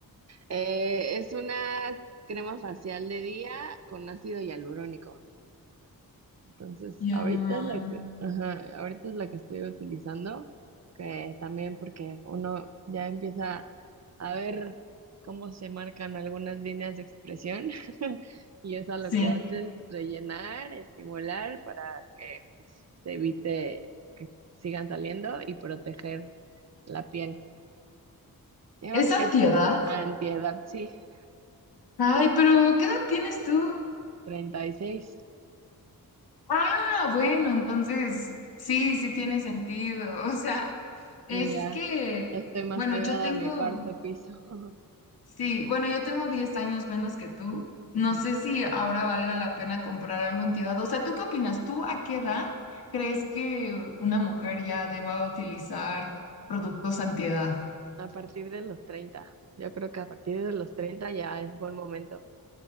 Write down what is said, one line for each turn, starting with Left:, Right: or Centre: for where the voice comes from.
Right: Eh, es una crema facial de día con ácido hialurónico. Entonces,
Left: Hyaluron.
Right: ahorita es la que, ajá, ahorita es la que estoy utilizando, que también porque uno ya empieza a ver cómo se marcan algunas líneas de expresión <laughs> y eso lo
Left: Sí,
Right: que hace es rellenar, estimular para que pues se evite que sigan saliendo y proteger la piel. Digamos
Left: es antiedad.
Right: que es una antiedad, sí,
Left: Ay, pero ¿qué edad tienes tú?
Right: 36.
Left: Ah, bueno, entonces sí, sí tiene sentido. <laughs> O sea, es
Right: Sí, ya,
Left: que,
Right: ya estoy más
Left: bueno,
Right: pegada
Left: yo tengo
Right: a mi cuarto piso. <laughs>
Left: Sí, bueno, yo tengo 10 años menos que tú. No
Right: Mm,
Left: sé si ahora valga la pena comprar algo en tu edad. O sea, ¿tú qué opinas? ¿Tú a qué edad crees que una mujer ya deba utilizar productos antiedad?
Right: A partir de los treinta yo creo que a partir de los 30 ya es buen momento,